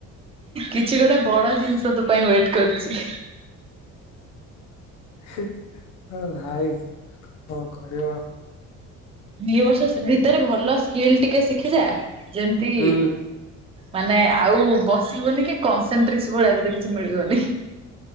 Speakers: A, on the right (about 20°); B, on the left (about 65°).
A: କିଛି ଗୋଟେ ବଡ ଜିନିଷ ତୋ ପାଇଁ ୱେଟ୍ କରିଚି।
B: ହି ଓ ଭାଇ କଣ କରିବ?
A: ଦି ବର୍ଷ ଭିତରେ ଭଲ ସ୍କିଲ୍ ଟିକେ ଶିଖିଯା ଯେମତି
B: ହୁଁ
A: ମାନେ ଆଉ ବସିବୁନି କି କନ୍ସେଟ୍ରେନ୍ସ ଭଳିଆ ତତେ କିଛି ମିଳିବନି।